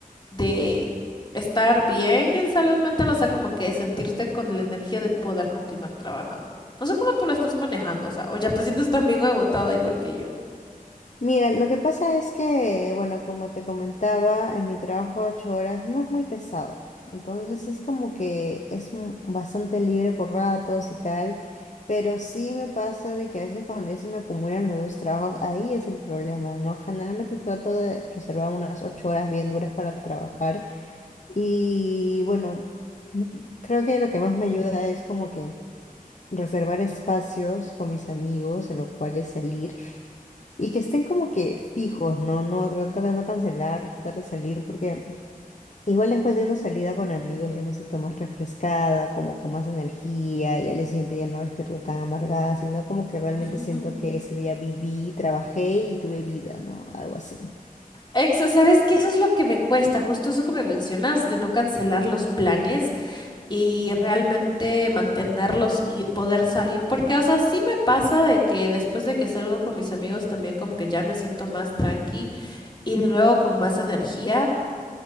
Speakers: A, on the left (about 30°); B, on the left (about 55°).
A: de estar bien en salud mental, o sea, como que sentirte con la energía de poder continuar trabajando. No sé cómo tú lo estás manejando, o sea, o ya te sientes también agotada igual que yo.
B: Mira, lo que pasa es que, bueno, como te comentaba, en mi trabajo ocho horas no es muy pesado. Entonces es como que es un- bastante libre por ratos y tal. Pero sí me pasa de que a veces cuando ya se me acumulan los dos trabajos, ahí es el problema, ¿no? Generalmente trato de reservar unas ocho horas bien duras para trabajar. Y bueno, creo que lo que más me ayuda es como que reservar espacios con mis amigos en los cuales salir. Y que estén como que fijos, ¿no? No, tratar de no cancelar, tratar de salir, porque igual después de una salida con amigos ya me siento más refrescada, como con más energía, y al día siguiente ya no despierto tan amargada, sino como que realmente
A: <laughs>
B: siento que ese día viví, trabajé y tuve vida, ¿no? Algo así.
A: Exa, ¿sabes qué? Eso es lo que me cuesta, justo eso que me mencionas, de no cancelar los planes. y realmente mantenerlos y poder salir, porque, o sea, sí me pasa de que después de que salgo con mis amigos también como que ya me siento más tranqui y de nuevo con más energía,